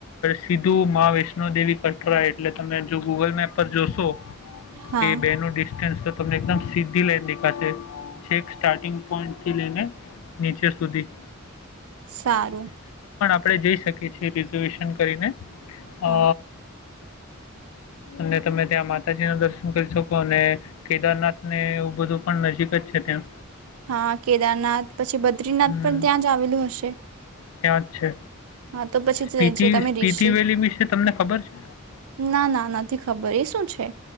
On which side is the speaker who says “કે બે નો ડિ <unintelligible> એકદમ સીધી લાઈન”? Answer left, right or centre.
Left